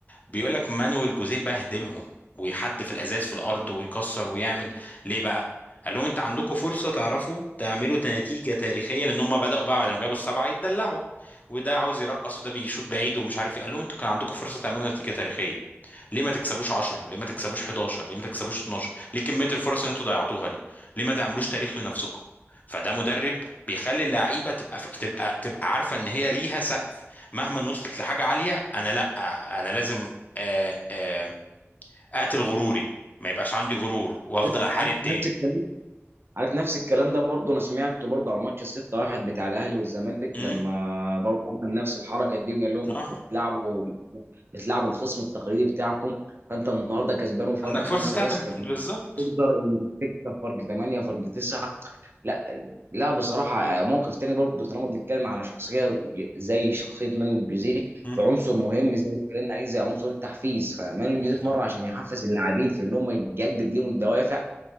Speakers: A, on the left; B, on the right.
A: بيقول لك مانويل جوزيه بهدلهم ويحدف الازاز في الارض ويكسر ويعمل ليه بقى قال لهم انت عندكم فرصه تعرفوا تعملوا نتيجه تاريخيه لان هم بداوا بقى بعد ما جابوا السبعه يتدلعوا وده عاوز يرقص وده بيشوط بعيد ومش عارف ايه قال لهم انتوا كان عندكم فرصه تعملوا نتيجه تاريخيه ليه ما تكسبوش 10 ليه ما تكسبوش 11 ليه ما تكسبوش 12 ليه كميه الفرص اللي انتوا ضيعتوها دي ليه ما تعملوش تاريخ لنفسكم فده مدرب بيخلي اللعيبه تبقى ف... تبقى تبقى عارفه ان هي ليها سقف مهما وصلت لحاجه عاليه انا لا انا لازم آه، آه، اقتل غروري ما يبقاش عندي غرور وافضل
B: عارف
A: احارب
B: عارف
A: تاني
B: نفس الكلام عارف نفس الكلام ده برضه انا سمعته برضه على ماتش 6-1 بتاع الاهلي والزمالك
A: امم
B: لما برضه عمل نفس الحركه دي وقال لهم انتوا
A: اه
B: بتلعبوا بتلعبوا الخصم التقليدي بتاعكم فانت النهارده كسبان وفرق
A: عندك
B: خمسه
A: فرصه تعمل
B: بس طب
A: بالظبط
B: أنت تقدر إن تكسب فرق ثمانيه فرق تسعه لا لا بصراحه موقف تاني برضه طالما بنتكلم على شخصيه زي شخصيه مانويل جوزيه
A: مم.
B: فعنصر مهم زي ما اتكلمنا عليه زي عنصر التحفيز فمانويل
A: بالظبط
B: جوزيه في مره عشان يحفز اللاعبين في ان هم يجدد لهم الدوافع